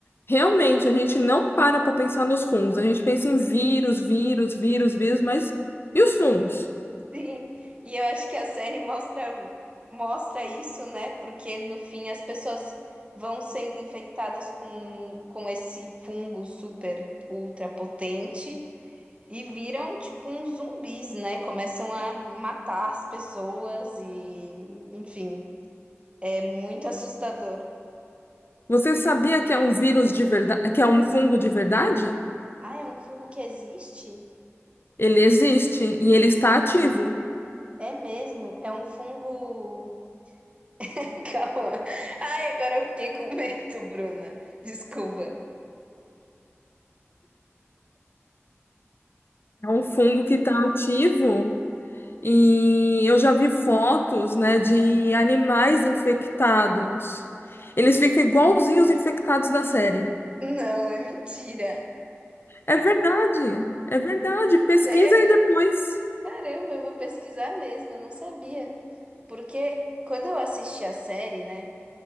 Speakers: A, on the left; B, on the right.
A: Realmente, a gente não para para pensar nos fungos. A gente pensa em vírus, vírus, vírus, vírus, mas e os fungos?
B: <laughs> Sim. E eu acho que a série mostra mostra isso, né? Porque no fim as pessoas vão sendo infectadas com com esse fungo super ultra potente e viram tipo uns zumbis, né? Começam a matar as pessoas e enfim, É Muito assustador.
A: Você sabia que é um vírus de verdade, que é um fungo de verdade?
B: Ah, é um fungo que existe?
A: Ele existe e ele está ativo.
B: É mesmo, é um fungo. <laughs> Calma. Ai, agora eu fiquei com medo, Bruna. Desculpa.
A: É um fungo que está ativo e eu já vi fotos, né, de animais infectados. Eles ficam igualzinhos os infectados da série.
B: Não, é mentira.
A: É verdade, é verdade. Pesquisa
B: Sério?
A: aí depois.
B: Caramba, eu vou pesquisar mesmo, eu não sabia. Porque quando eu assisti a série, né?